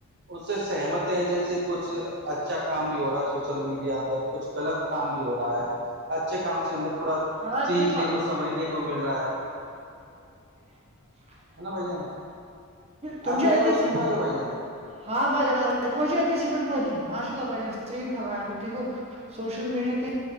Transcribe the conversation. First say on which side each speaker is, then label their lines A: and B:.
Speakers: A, on the right; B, on the right.
A: اس سے سہمت ہیں جیسے کچھ اچھا کام بھی ہو رہا ہے سوشل میڈیا پہ کچھ غلط کام بھی ہو رہا ہے اچھے کام سے ہمیں تھوڑا
B: ہاں
A: سیکھنے
B: گئی پت
A: کو سمجھنے کو مل رہا ہے
B: <inaudible>
A: ہے نا بھائی جان
B: تم
A: آپ میری
B: اتچ
A: آواز سن پا رہے بھائی جان
B: ہاں بائیان عار ت وہ میںا اتی سیٹ پت کن ماشاء اللہ بائین صح فرمائی آ دیکھو <inaudible> سوشل میڈیا کے